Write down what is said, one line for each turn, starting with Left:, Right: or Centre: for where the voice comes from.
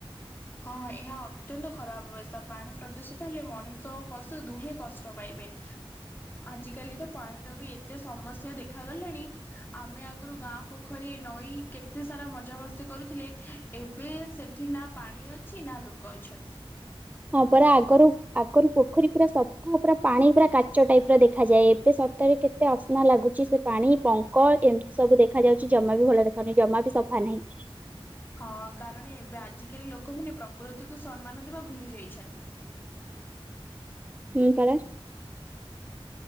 Left: ହଁ ଏହା ଅତ୍ୟନ୍ତ ଖରାପ ବ୍ୟବସ୍ଥା, ପାଣି ପ୍ରଦୂଷିତ ହେଲେ ମଣିଷ ଓ ପଶୁ ଦୁହେଁ କଷ୍ଟ ପାଇବେ। ଆଜିକାଲି ତ ପାଣିର ବି ଏତେ ସମସ୍ୟା ଦେଖାଗଲାଣି ଆମେ ଆଗରୁ ଗାଁ ପୋଖରୀ, ନଈ କେତେ ସାରା ମଜାମସ୍ତି କରୁଥିଲେ ଏବେ ସେଠି ନା ପାଣି ଅଛି ନା ଲୋକ ଅଛନ୍ତି?
Right: ହଁ ପରା ଆଗରୁ, ଆଗରୁ ପୋଖରୀ ପୁରା ସଫ୍ ହଁ ପୁରା ପାଣି ପୁରା କାଚ ଟାଇପ୍ ର ଦେଖାଯାଏ। ଏବେ ସତ ରେ କେତେ ଅସ୍ନା ଲାଗୁଚି ସେ ପାଣି। ପଙ୍କ, ଏମିତି ସବୁ ଦେଖା ଯାଉଚି, ଜମା ବି ଭଲ ଦେଖାଯାଉନାହିଁ, ଜମା ବି ସଫା ନାହିଁ।
Left: ହଁ କାରଣ ଏବେ ଆଜିକାଲି ଲୋକମାନେ ପ୍ରକୃତିକୁ ସମ୍ମାନ ଦେବା ଭୁଲି ଯାଇଛନ୍ତି।
Right: ହୁଁ <unintelligible>